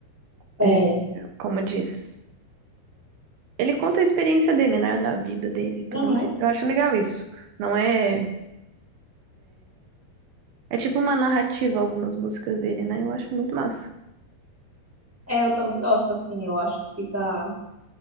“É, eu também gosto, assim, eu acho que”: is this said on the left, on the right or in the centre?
Centre